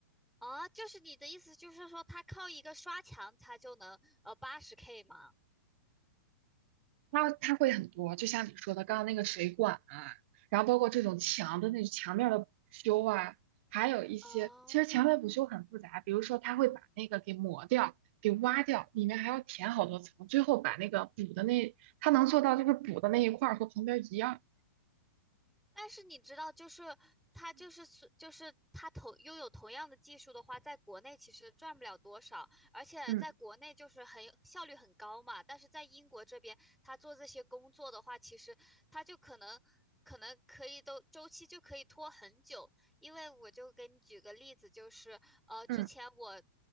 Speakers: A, in the centre; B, on the right.
A: 啊，就是你的意思就是说，他靠一个刷墙，他就能呃八十 K 吗？
B: 他他会很多，就像你说的，刚刚那个水管啊，然后包括这种墙的那墙面的补修啊，还有一些其实墙面补修很复杂，
A: 哦，
B: 比如说他会把那个给磨掉。给挖掉，里面还要填好多层，最后把那个补的那，他能做到就是补的那一块儿和旁边一样。
A: 但是你知道，就是他就是是就是他同拥有同样的技术的话，在国内其实赚不了多少，而且在国内就是很效率很高嘛。
B: 嗯
A: 但是在英国这边，他做这些工作的话，其实他就可能可能可以都周期就可以拖很久，因为我就给你举个例子，就是呃，之前我
B: 嗯